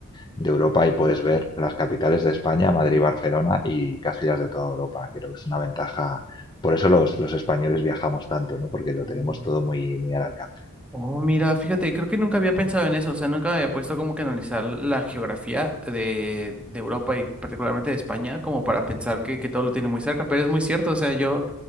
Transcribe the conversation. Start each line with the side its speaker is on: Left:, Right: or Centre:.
Left: de Europa y puedes ver las capitales de España, Madrid, Barcelona y casi las de toda Europa. Creo que es una ventaja. Por eso los, los españoles viajamos tanto, ¿no? Porque lo
Centre: ujú.
Left: tenemos
Centre: Mm.
Left: todo muy, muy al alcance.
Centre: Oh, mira, fíjate, creo que nunca había pensado en eso, o sea, nunca me había puesto como que analizar la geografía de, de Europa y particularmente de España, como para pensar que, que todo lo tiene muy cerca, pero es muy cierto, o sea, yo